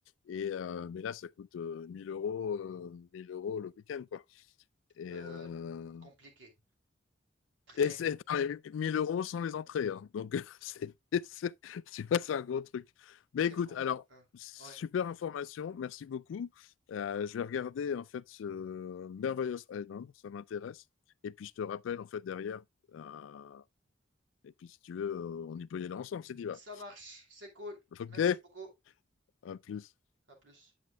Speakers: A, on the left; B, on the right.
A: et, euh, mais là, ça coûte euh, 1000 euros, euh, 1000 euros le week-end, quoi. Et,
B: Euh,
A: euh,
B: compliqué. Très,
A: et c'est attends, les 1000 euros sont les entrées. hein. Donc, <laughs> c'est, c'est- tu vois, c'est un gros truc. Mais
B: très
A: écoute,
B: compliqué.
A: alors, super
B: Ouais.
A: information. Merci beaucoup. Euh, je vais regarder, en fait, ce Merveillous Island. Ça m'intéresse. Et puis, je te rappelle, en fait, derrière. euh, et puis, si tu veux, euh, on y peut y aller ensemble, c'est dit va.
B: Ça marche, c'est cool.
A: OK,
B: Merci beaucoup.
A: à plus.
B: À plus.